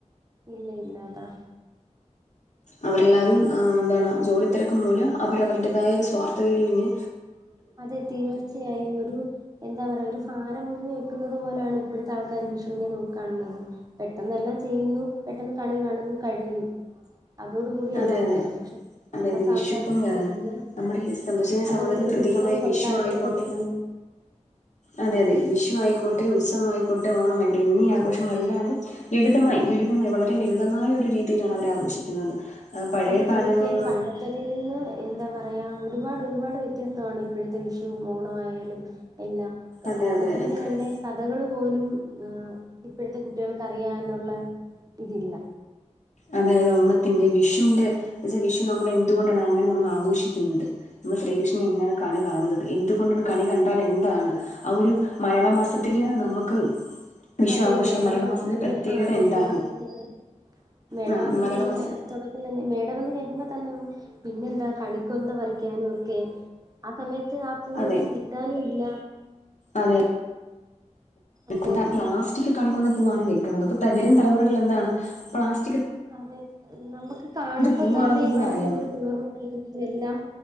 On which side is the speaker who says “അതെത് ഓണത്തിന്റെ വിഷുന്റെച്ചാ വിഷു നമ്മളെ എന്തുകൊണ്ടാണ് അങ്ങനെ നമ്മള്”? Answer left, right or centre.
Left